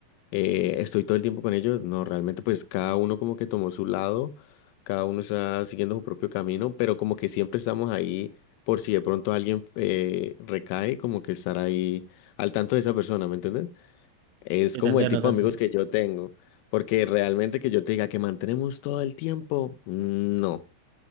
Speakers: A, on the left (about 85°); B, on the right (about 80°).
A: eh, estoy todo el tiempo con ellos. No, realmente pues cada uno como que tomó su lado, cada uno está siguiendo su propio camino, pero como que siempre estamos ahí por si de pronto alguien eh, recae, como que estar ahí al tanto de esa persona, ¿me entiendes? Es
B: yo
A: como
B: te entiendo,
A: el tipo
B: te
A: de
B: entiendo.
A: amigos que yo tengo, porque realmente que yo te diga que mantenemos todo el tiempo, no